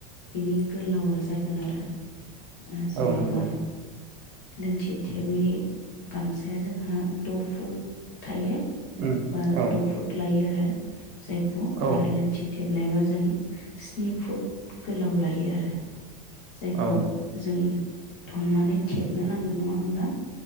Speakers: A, on the left; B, on the right.
A: बिनि गोलावा जागोन आरो ओ जेनेबा
B: औ नंगौ
A: लोंथि थेबै गामसाया जोंहा द' फुट थायो।
B: उम
A: बा
B: औ
A: द' फुट लायो आरो जायखौ
B: औ
A: आरो लोंथि थेबनायबा जों स्नि फुट गोलाव लायो आरो जायखौ
B: औ
A: । उम थननानै थेबनो नांगोन नङा होनब्ला?